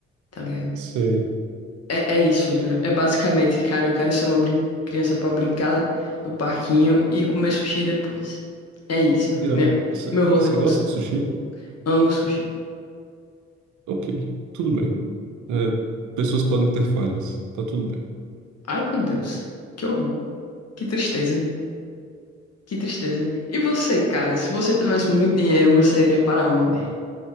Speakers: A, on the left; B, on the right.
A: tá ligado?
B: Sei.
A: É, é isso, entendeu?
B: É,
A: É basicamente, cara, eu quero ser uma brin- criança pra brincar no parquinho e comer sushi depois. É isso.
B: irado.
A: Meu,
B: Você
A: meu rolê
B: você
A: com
B: gosta
A: su-
B: de sushi?
A: amo sushi.
B: Ok, tudo bem. É, pessoas podem ter falhas, tá tudo bem.
A: Ai, meu Deus. Que horror. Que tristeza. Que tristeza. E você, cara, se você tivesse muito dinheiro, você iria para onde?